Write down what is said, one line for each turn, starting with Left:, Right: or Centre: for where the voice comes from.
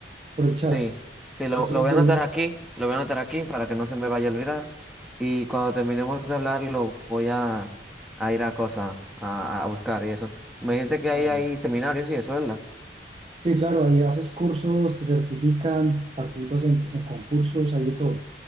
Right: por el
Centre: Sí,
Right: chat.
Centre: sí, lo,
Right: Eso
Centre: lo
Right: es
Centre: voy
Right: del...
Centre: a anotar aquí, lo voy a anotar aquí para que no se me vaya a olvidar. Y cuando terminemos de hablar, lo voy a, a ir a cosa, a, a buscar y eso. Me dijiste que ahí
Right: ah, bueno.
Centre: hay seminarios y eso, ¿verdad?
Right: Sí, claro, ahí haces cursos, te certifican, participas en en concursos, hay de todo.